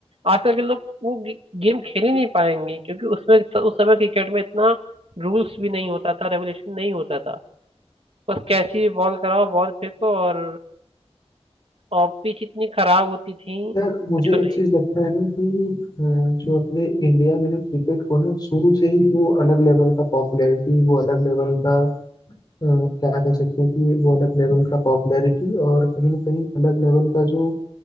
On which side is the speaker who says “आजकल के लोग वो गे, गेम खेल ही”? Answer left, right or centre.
Right